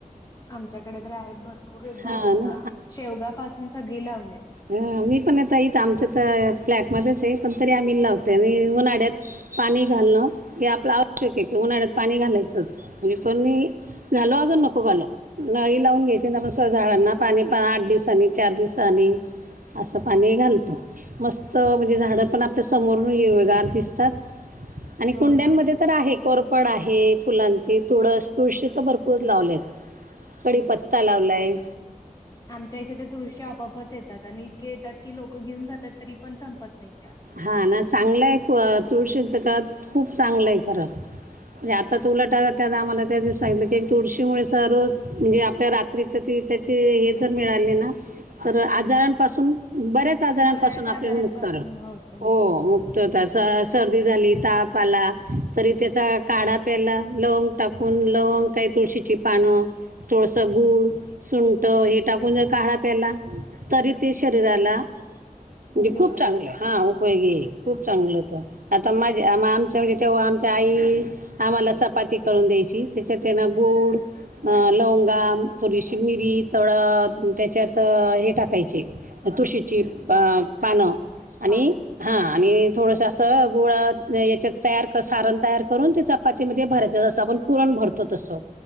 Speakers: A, on the left (about 25°); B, on the right (about 75°).
A: आमच्याकडे तररी आहेत भरपूर आहेत झाड
B: हां
A: आता
B: ना
A: शेवगा पासून सगळी लावलीत
B: ह मी पण यता इथ आमच्या तर फ्लॅटमध्येध्येच आहे पण तरी आम्ही लावतो उन्हाळ्यात पाणी घालणं हे आपलं आवश्यक आहे की उन्हाळ्यात पाणी घालायचंच म्हणजे कोी घालो अगर नको घालो नळी लावून घ्यायची ना आपण तर झाडांना पाणी प आठ दिवसानी चार दिवसानी असं पाणी घालतो मस्त म्हणजे झाड पण आपल्या समोर हरवेगार दिसतात आणि
A: हो
B: कुंड्यांमध्ये
A: ना.
B: तर आहे कोरपड आहे फुलांची तुळस तुळशी तर भरपूरच लावलेत कडीी पत्ता लावलाय
A: आमच्या इथे ते दृश्य आपापच येतात आणि इतके येतात की लोकं घेऊन जातात तरी पण संपत नाहीत त्या
B: हा ना चांगलंय तुळशीचं का खूप चांगलं आहे खरं म्हणजे आता त उलटा त्या आम्हाला त्या दिवस सांगितलं की एक तुळशीमुळे स रोज म्हणजे आपल्याात त्याचे हे जर मिळाले ना तर आजारांपासून बऱ्याच पा आजारांपासून
A: बऱ्याच
B: आपल्या
A: आजारांपासून
B: मुक्तार
A: होत
B: होक्
A: मुक्त
B: त होता सर्दी झाली ताप आला तरी त्याचा काढा प्याला लोंग टाकून लवंग काही तुळशीची पानं तथोळसं गूळ सुंट हे टाकून जर काढळाा प्याला तरी ते शरीराला म्हणजे
A: उपयोगी
B: खूप चांगलं
A: आहे
B: हा वैगे खूप चांगलं होतं आता माझे आम आमच्यां म्हणजे तेव्हा आमच्या आई आम्हाला चपाती करून द्यायची त्याच्यात त्यांना गोड लवंगा थोडीशी मिरी थोडं त्याच्यात हे टाकायचे तुळशीची पानं आणि
A: पानं
B: हा आणि थोडस असं गुळा याच्या तयार सारण तयार करून त्याचा चपातीमध्ये भरायचसं आपण पुरण भरतो तसं